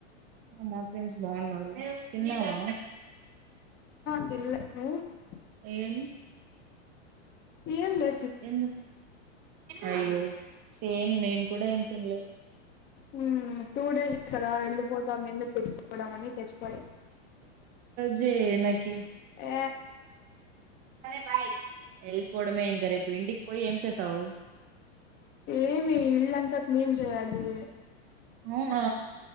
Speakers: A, on the right (about 25°); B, on the left (about 25°).
A: మా ఫ్రెండ్స్ బాగున్నారు తిన్నావా
B: తిన్నాల్
A: ఏం
B: ఏంలే
A: ఎ అయ్యో సేమ్ నేను కూడా ఏం తినలేదు
B: ఉ టూ డేస్ే కదా వెళ్ళిపోతాం ఎందుకు తెచ్చుకోవడం అని తెచ్చికోలే
A: జ నాకి
B: ఏ
A: సరే బాయ్ పోడమేంరే ఇ ఇంటికి పోయి ఏం పంచ సవు
B: ఏమి ఇల్లు అంత అది
A: అవునా